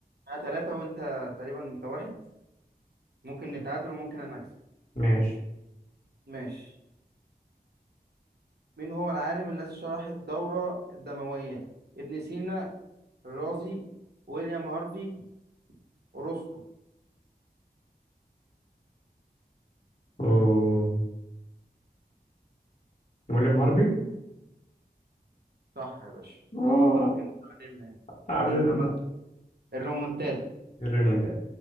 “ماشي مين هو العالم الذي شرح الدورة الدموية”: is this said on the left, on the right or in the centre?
Right